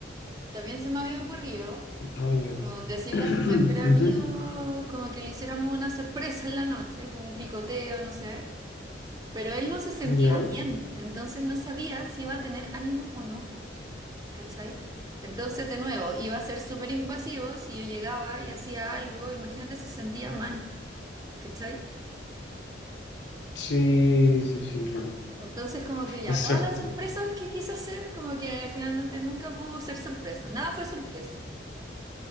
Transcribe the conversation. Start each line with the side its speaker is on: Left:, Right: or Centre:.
Right: También se me había ocurrido
Left: Ah, ya.
Right: como decirle
Left: <clears throat>
Right: a su mejor amigo
Left: Ujú,
Right: como que le hiciéramos una sorpresa en la noche, como un picoteo, no sé. Pero él no se sentía
Left: Ya.
Right: bien, entonces no sabía si iba a tener ánimo o no, ¿cachai? Entonces, de nuevo, iba a ser súper invasivo si yo llegaba y hacía algo, imagínate, se sentía mal, ¿cachai?
Left: Sí, sí, sí, claro.
Right: Entonces, como que ya,
Left: Es
Right: todas
Left: cierto.
Right: las sorpresas que quise hacer, como que finalmente nunca pudo ser sorpresa, nada fue sorpresa.